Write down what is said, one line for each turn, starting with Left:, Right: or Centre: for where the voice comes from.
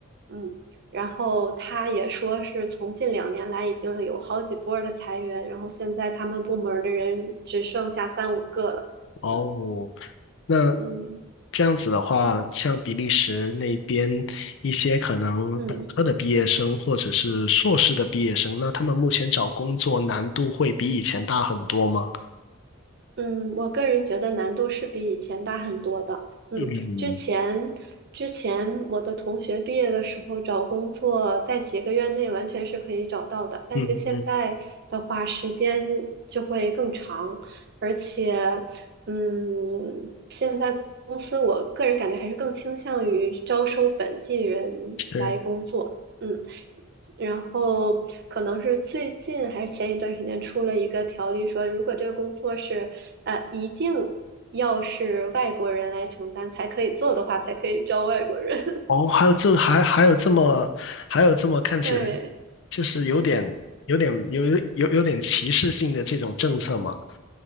Right: 嗯，然后他也说是从近两年来已经有好几波儿的裁员，然后现在他们部门儿的人只剩下三五个了。
Left: 哦，
Right: 嗯
Left: 那
Right: 嗯
Left: 这样子的话，像比利时那边一些可能本科的毕业生或者是硕士的毕业生，
Right: 嗯
Left: 那他们目前找工作难度会比以前大很多吗？
Right: 嗯，我个人觉得难度是比以前大很多的。嗯，
Left: 嗯，
Right: 之前之前我的同学毕业的时候找工作，在几个月内完全是可以找到的，但是现在的话时间就会更长，
Left: 嗯嗯，
Right: 而且。嗯，公司，我个人感觉还是更倾向于招收本地人来工作。
Left: 是。
Right: 嗯，然后可能是最近还是前一段时间出了一个条例，说如果这个工作是呃一定要是外国人来承担才可以做的话，才可以招外国人。
Left: 哦，
Right: <laughs>
Left: 还有这还还有这么还有这么看起来
Right: 对，
Left: 就是有点有点有有有有点歧视性的这种政策吗？